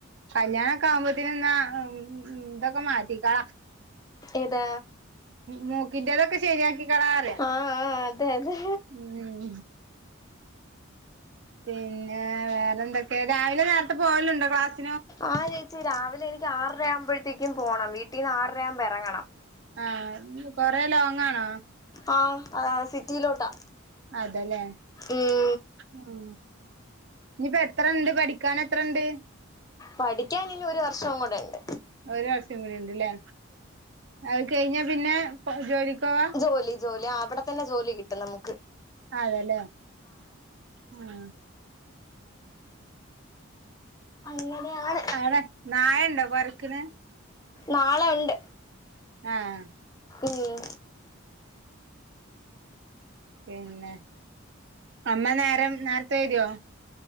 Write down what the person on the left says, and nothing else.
ഏത്
ആ ആ അതെ അതെ
ആഹ് ചേച്ചി രാവിലെ എനിക്ക് ആറര ആവുമ്പഴ്ത്തേക്കും പോണം വീട്ടീന്ന് ആറരയാവുമ്പോ എറങ്ങണം.
ആഹ് അതാ സിറ്റിയിലോട്ടാ.
ഉം
പഠിക്കാൻ ഇനി ഒരു വർഷവും കൂടെ ഇണ്ട്.
ജോലി ജോലി ആഹ് അവടെ തന്നെ ജോലി കിട്ടും നമു
അങ്ങനെയാണ്.
നാളെ ഉണ്ട്.
ഉം